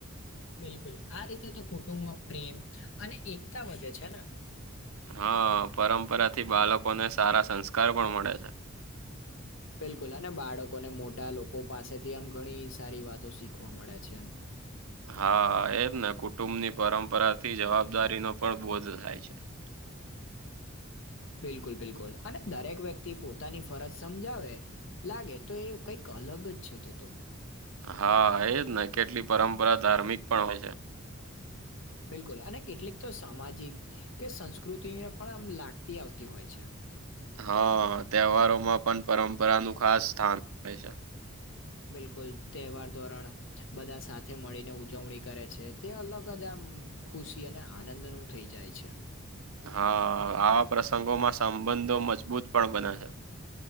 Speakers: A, on the left; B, on the right.
A: બિલકુલ આ રીતે તો કુટુંબમાં પ્રેમ અને એકતા વધે છે ને
B: હા પરંપરા થી બાળકોને સારા સંસ્કાર પણ મળે છે.
A: બિલકુલ અને બાળકોને મોટા લોકો પાસેથી આમ ઘણી સારી વાતો શીખવા મળે છે.
B: હા એજ ને કુટુંબની પરંપરા થી જવાબદારી નો પણ બોધ થાય છે. <inaudible>
A: બિલકુલ બિલકુલ અને દરેક વ્યક્તિ પોતાની ફરજ સમજાવે લાગે તો એ કંઈક અલગ જ છે તો તો
B: હા એજ ને કેટલી પરંપરા ધાર્મિક પણ હોય છે.
A: બિલકુલ અને કેટલીક તો સામાજિક કે સંસ્કૃતિએ એ પણ આમ લાગતી આવતી હોય છે.
B: હા તહેવારોમાં પણ પરંપરા નું ખાસ સ્થાન આવે છે.
A: બિલકુલ તહેવાર ધોરણ બધા સાથે મળીને ઉજવણી કરે છે તે અલગ જ આમ ખુશી અને આનંદ નું થઇ જાય છે.
B: હા આવા પ્રસંગોમાં સંબંધો મજબૂત પણ બને છે.